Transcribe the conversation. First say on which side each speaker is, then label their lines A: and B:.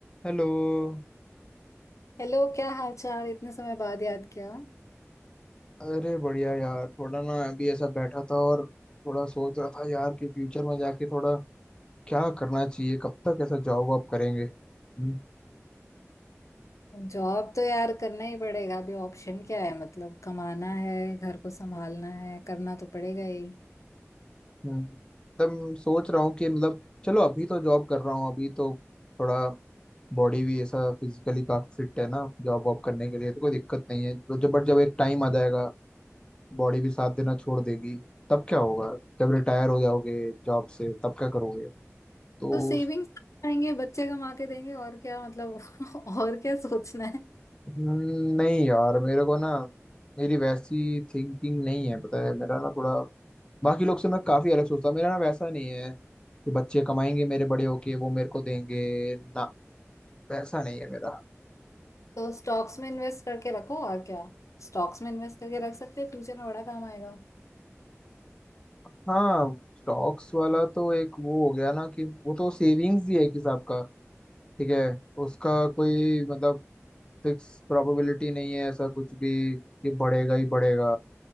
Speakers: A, on the left; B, on the left.
A: हेलो
B: Hello क्या हाल चाल इतने समय बाद याद किया
A: अरे बढ़िया यार थोड़ा ना अभी ऐसा बैठा था और थोड़ा सोच रहा था यार कि फ्यूचर में जाके थोड़ा क्या करना चाहिए कब तक ऐसा जॉब वॉब करेंगे हम्म,
B: जॉब तो यार करना ही पड़ेगा अभी ऑप्शन क्या है मतलब कमाना है घर को संभालना है करना तो पड़ेगा ही
A: हम्म। एकदम सोच रहा हूँ कि मतलब चलो अभी तो जॉब कर रहा हूँ अभी तो थोड़ा बॉडी भी ऐसा फिजिकली काफी फिट है ना जॉब वॉब करने के लिए तो कोई दिक्कत नहीं है तो जब बट जब एक टाइम आ जाएगा बॉडी भी साथ देना छोड़ देगी तब क्या होगा जब रिटायर हो जाओगे जॉब से तब क्या करोगे तो
B: तो सेविंग्स आएंगे बच्चे कमा के देंगे और क्या मतलब <laughs> और क्या सोचना है
A: हम्म, नहीं यार मेरे को ना मेरी वैसी थिंकिंग नहीं है पता है मेरा ना थोड़ा बाकी लोग से मैं काफी अलग सोचता हूँ मेरा ना वैसा नहीं है कि बच्चे कमाएंगे मेरे बड़े होके वो मेरे को देंगे ना वैसा नहीं है मेरा
B: तो स्टॉक्स में इन्वेस्ट करके रखो और क्या स्टॉक्स में इन्वेस्ट करके रख सकते हैं फ्यूचर में बड़ा काम आएगा
A: हाँ स्टॉक्स वाला तो एक वो हो गया ना कि वो तो सेविंग्स ही है एक हिसाब का ठीक है उसका कोई मतलब फिक्स प्रोबेबिलिटी नहीं है ऐसा कुछ भी कि बढ़ेगा ही बढ़ेगा